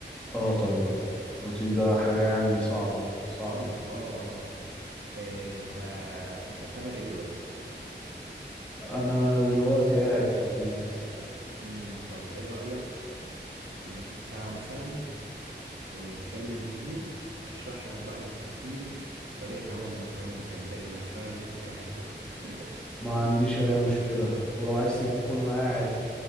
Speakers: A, in the centre; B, on the right (about 90°).
A: اه طبعا الروتين ده حاجة يعني صعبة صعبة
B: اه اه اه, آه فانت بتعمل ايه دلوقتي
A: انا دلوقتي قاعد في البيت
B: امم طب ايه رأيك نص ساعه مثلا ونتكلم فيديو اشرح لك بقى بالتفصيل طريقة عمل المكرونة بالجمبري عشان انا نفسي راحت له <laughs>
A: ما عنديش اي مشكلة ولو عايز تيجي تاكل معايا عادي